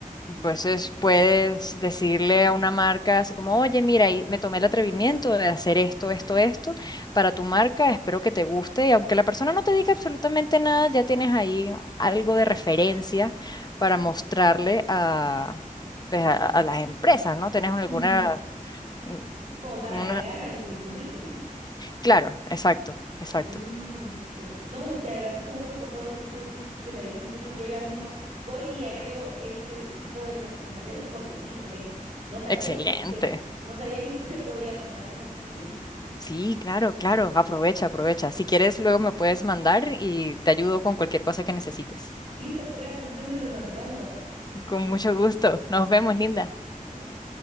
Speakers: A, on the right; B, on the left.
A: Sí.
B: Entonces puedes decirle a una marca así como, oye, mira, y me tomé el atrevimiento de hacer esto, esto, esto para tu marca, espero que te guste. Y aunque la persona no te diga absolutamente nada, ya tienes ahí algo de referencia para mostrarle a, pues, a, a las empresas, ¿no? Tienes alguna,
A: Ujú.
B: mm,
A: como para
B: como
A: agregarlo
B: una...
A: en tu currículum.
B: Claro, exacto, exacto.
A: Mm, listo. No, te agradezco mucho por todos estos tips que me diste. Entonces yo ya mismo voy y agrego ese tipo de certificaciones porque sí los tengo. No sabía
B: Excelente.
A: que sí se, no sabía que sí se podía contar como experiencia.
B: Sí, claro, claro. Aprovecha, aprovecha. Si quieres, luego me puedes mandar y te ayudo con cualquier cosa que necesites.
A: Listo, gracias. Entonces nos mantenemos en contacto.
B: Con mucho gusto. Nos vemos,
A: Adiós.
B: linda.
A: Adiós.